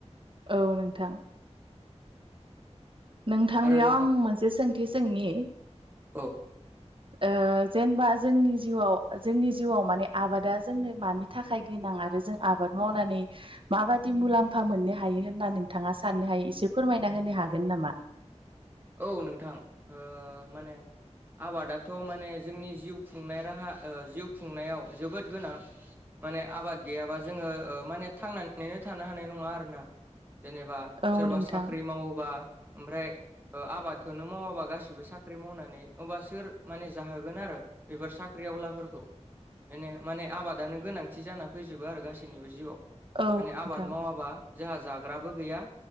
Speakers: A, on the right; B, on the right.
A: औ नोंथां। नोंथांनियाव
B: आरो नोंथां
A: आं मोनसे सोंथि सोंनि।
B: औ
A: ओ जेनेबा जोंनि जिउआव जोंनि जिउआव माने आबादा जोंनो मानि थाखाय गोनां आरो जों आबाद मावनानै माबादि मुलाम्फा मोननो हायो होनना नोंथाङा साननो हायो एसे फोरमायना होनो हागोन नामा?
B: औ नोंथां माने आबादाथ' माने जोंनि जिउ खुंनाय राहा जिउ खुंनायाव जोबोद गोनां। माने आबाद गैयाबा जोङो माने थांनानैनो थानो हानाय नङा आरोना जेनेबा
A: औ
B: सोरबा
A: नोंथां
B: साख्रि मावोबा ओमफ्राय आबादखौनो मावाबा गासिबो साख्रि मावनानै होमब्ला सोर माने जाहोगोन आरो बेफोर साख्रिआवलाफोरखौ बेनो माने आबादानो गोनांथि जाना फैजोबो आरो गासैनिबो जिउआव
A: औ
B: माने
A: नोंथां
B: आबाद मावाबा जोंहा जाग्राबो गैया